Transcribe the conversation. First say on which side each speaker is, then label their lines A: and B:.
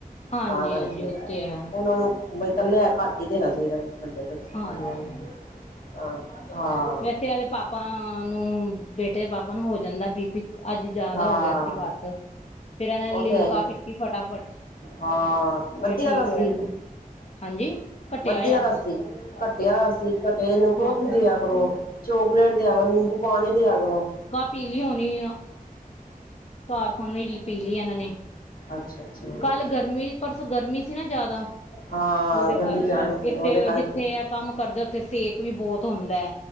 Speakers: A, on the left; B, on the left.
A: ਹਾਂਜੀ
B: ਤਾਂ ਕਰਕੇ
A: ਹਾਂਜੀ ਉਹ ਤੇ ਹੈ
B: ਉਹਨਾ ਨੂੰ ਬਾਈ ਤਲਿਆ ਘੱਟ ਹੀ ਦੇਣਾ ਚਾਹੀਦਾ ਵੱਡੇ ਵੱਡਿਆਂ
A: ਹਾਂਜੀ
B: ਨੂੰ ਤਾਂ ਹਾਂ
A: ਇਥੇ ਇਹਦੇ ਪਾਪਾ ਨੂੰ ਬੇਟੇ ਦੇ ਪਾਪਾ ਨੂੰ ਹੋ ਜਾਂਦਾ ਬੀ ਪੀ ਅੱਜ ਜਿਆਦਾ
B: ਹਾਂ
A: ਹੋ ਗਿਆ ਸੀ ਘੱਟ ਫਿਰ ਇਹਨਾਂ
B: ਉਹ
A: ਨੇ
B: ਤੇ
A: ਲਿਮਕਾ
B: ਹੈ ਹੀ
A: ਪੀਤੀ ਫਟਾਫਟ
B: ਹਾਂ
A: ਫਿਰ
B: ਵਧੀਆ
A: ਠੀਕ
B: ਤਾਂ
A: ਹੋਇਆ
B: ਸੀ।
A: ਥੋੜ੍ਹਾ ਹਾਂਜੀ। ਘਟਿਆ
B: ਵਧਿਆ
A: ਹੋਇਆ
B: ਆਲਾ ਸੀ ਘੱਟਿਆ ਸੀ ਘਟੇ ਨੂੰ ਕੋਫੀ
A: ਹਾਂ
B: ਦੇ ਆ ਕਰੋ। ਚੋਕਲੇਟ ਦੇਇਆ ਕਰੋ, ਨਿੰਬੂ ਪਾਣੀ ਦੇਇਆ ਕਰੋਂ।
A: ਪੀਲੀ ਹੋਣੀ ਆ ਕਾਰਖਾਨੀ ਪੀ ਲਈ ਇਹਨਾਂ ਨੇ
B: ਅੱਛਾ-ਅੱਛਾ।
A: ਕੱਲ ਗਰਮੀ ਪਰਸੋਂ ਗਰਮੀ ਸੀ ਨਾ ਜ਼ਿਆਦਾ
B: ਹਾਂ,
A: ਉਹਦੇ
B: ਗਲੀ
A: ਕਾਰਨ
B: ਜਾਣਾ ਸੀ
A: ਇਥੇ
B: ਉਹਦੇ ਕਰਕੇ।
A: ਜਿੱਥੇ ਐ ਕੰਮ ਕਰਦਾ ਉੱਥੇ ਸੇਕ ਵੀ ਬਹੁਤ ਹੁੰਦਾ।